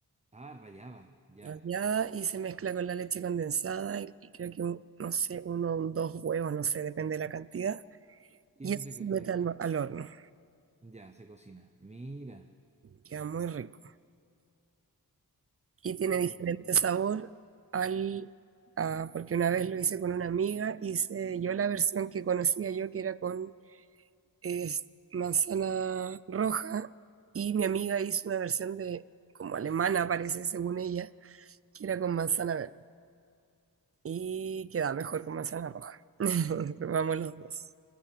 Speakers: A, on the right; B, on the right.
A: Ah, rallaba, ya.
B: rallada y se mezcla con la leche condensada y, y creo que, un- no sé, uno o dos huevos, no sé, depende de la cantidad.
A: Y
B: Y
A: eso
B: eso
A: se,
B: se
A: co-
B: mete
A: ya, se-
B: al, al horno,
A: ya se cocina. Mira.
B: queda muy rico. Y tiene
A: Oh,
B: diferente
A: qué rico.
B: sabor al... a- porque una vez lo hice con una amiga, hice yo la versión que conocía yo, que era con es, manzana roja, y mi amiga hizo una versión de, como alemana parece, según ella, que era con manzana verde. Y queda mejor con manzana roja. <laughs> Probamos los dos.